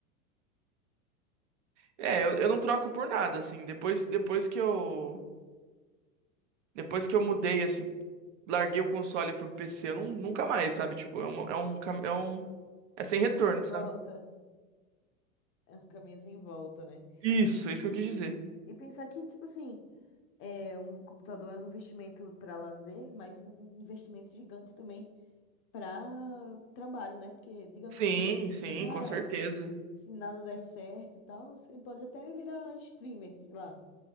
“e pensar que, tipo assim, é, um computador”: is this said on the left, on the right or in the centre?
Left